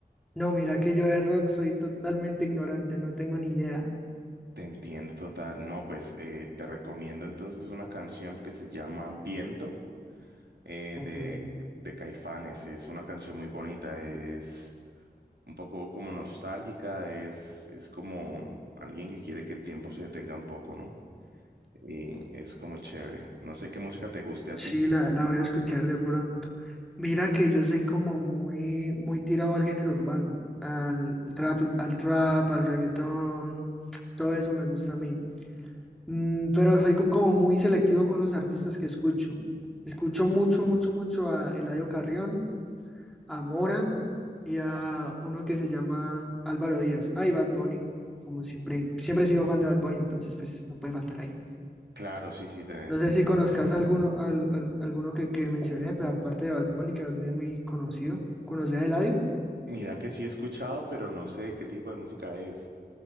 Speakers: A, in the centre; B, on the right.
A: No, mira que yo de rock soy totalmente ignorante, no tengo ni idea.
B: Te entiendo total. No, pues eh, te recomiendo entonces una canción que se llama Viento eh,
A: Ok,
B: de, de Caifanes. Es una canción muy bonita, es un poco como nostálgica, es, es como alguien que quiere que el tiempo se detenga un poco, ¿no? Y es como chévere. No sé qué música te guste a
A: Sí,
B: ti.
A: la, la voy a escuchar de pronto. Mira que yo soy como muy, muy tirado al género urbano, al trap, al trap, al reggaetón, todo eso me gusta a mí. Mm, pero soy co- como muy selectivo con los artistas que escucho. Escucho mucho, mucho, mucho a Eladio Carrión. a Mora y a uno que se llama Álvaro Díaz. Ay, Bad Bunny, como siempre, siempre he sido fan de Bad Bunny, entonces pues no puede faltar ahí.
B: Claro, sí, sí, tenés,
A: No sé
B: tienes
A: si conozcas
B: razón.
A: alguno, al- al- alguno que, que mencioné, pero aparte de Bad Bunny, que Bad Bunny es muy conocido. ¿Conoces a Eladio?
B: Mira que sí he escuchado, pero no sé de qué tipo de música es